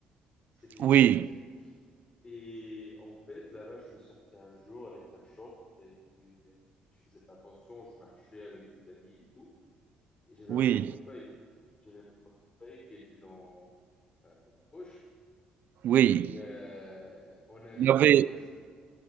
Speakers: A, on the left; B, on the right.
A: C'est payé
B: oui,
A: en français. Et en fait, là-bas, je suis sorti un jour avec un short et puis euh, je faisais pas attention, je marchais avec des amis et tout. Et j'avais
B: oui,
A: mon portefeuille. J'avais mon portefeuille qui était dans, enfin, dans ma poche.
B: oui.
A: Et euh, on arrive
B: Il y avait
A: dans le rest,